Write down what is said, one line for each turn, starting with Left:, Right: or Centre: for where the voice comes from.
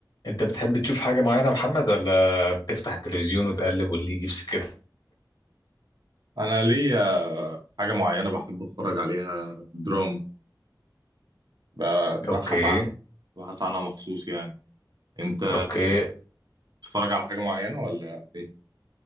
Left: انت بتحب تشوف حاجة معينة يا محمد ولا بتفتح التلفزيون وتقلب واللي يجي في سكتك
Right: انا ليا حاجه معينه بحب اتفرج عليها دراما ب-
Left: اوكي
Right: ببحث عنها ببحث عنها مخصوص يعني انت
Left: اوكي
Right: بتتفرج على حاجه معينه ولا ايه